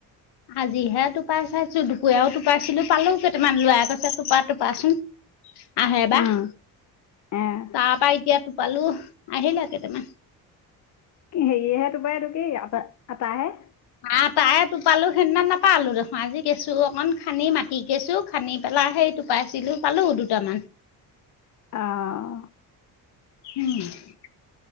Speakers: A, on the left; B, on the left.
A: আজিহে টোপাই চাইছো, দুপৰীয়াও টোপাইছিলো পালো কেইটামান, ল'ৰাই কৈছে টোপা টোপাচোন।
B: <inaudible>
A: আহে বা।
B: উম
A: তাৰ
B: আহ
A: পৰা এতিয়া টোপালো আহিলে কেইটামান।
B: হেৰিয়হে তোপাৰ এইটো কি, আটা আটাহে।
A: আটায়ে টোপালো সেইদিনা নাপালো দেখোন, আজি কেঁচু অকন খান্দি, মাটি কেঁচু খান্দি পেলাই সেই টোপাইছিলো পালো দুটামান।
B: অহ।
A: উম,